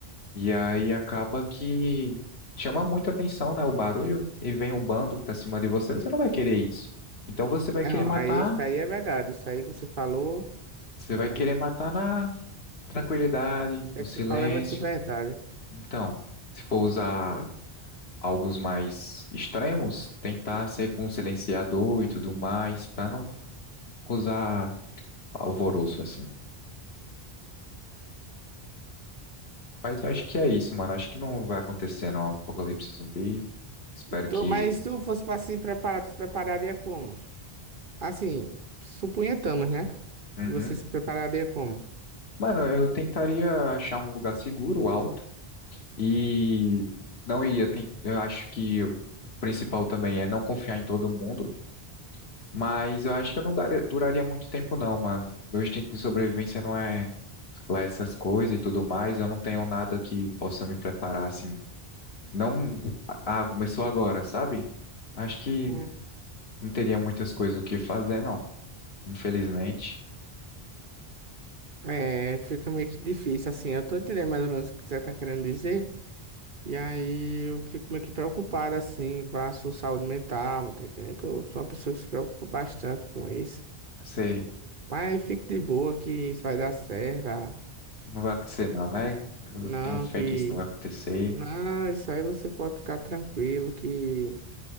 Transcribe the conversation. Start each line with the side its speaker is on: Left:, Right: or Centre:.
Left: E aí acaba que chama muita atenção, né? O barulho e vem o bando pra cima de você, você não vai querer isso. Então você vai
Right: Não,
Left: querer matar,
Right: aí isso aí é verdade. Isso aí que você falou,
Left: você vai
Right: é,
Left: querer
Right: meio-
Left: matar na Tranquilidade,
Right: é
Left: no silêncio.
Right: que você falou é meio que verdade.
Left: Então, se for usar algo mais extremos, tentar ser com um silenciador e tudo mais, para não usar alvoroço assim. Mas eu acho que é isso, mano. Acho que não vai acontecer não, apocalipse zumbi. Espero
Right: Tô,
Left: que.
Right: mas se tu fosse pra se preparar, tu se prepararia como? Assim, suponhamos, né?
Left: Uhum.
Right: Que você se prepararia como?
Left: Mano, eu tentaria achar um lugar seguro, alto, e não iria. ten- Eu acho que o principal também é não confiar em todo mundo. Mas eu acho que eu não dar- duraria muito tempo, não, mano. Meu instinto de sobrevivência não é lá essas coisas e tudo mais. Eu não tenho nada que possa me preparar, assim. Não. Ah, começou agora, sabe? Acho que
Right: Hum.
Left: não teria muitas coisas o que fazer, não. Infelizmente.
Right: É, fica meio que difícil, assim. Eu tô entendendo mais ou menos o que você tá querendo dizer. E aí eu fico meio que preocupado assim com a sua saúde mental, tá entendendo? Que eu sou uma pessoa que se preocupa bastante com isso.
Left: Sei.
Right: Mas fique de boa que isso vai dar certo. ah.
Left: Não vai acontecer, não, né? Eu
Right: Não,
Left: tenho fé
Right: que.
Left: que isso não vai acontecer.
Right: Não, isso aí você pode ficar tranquilo que.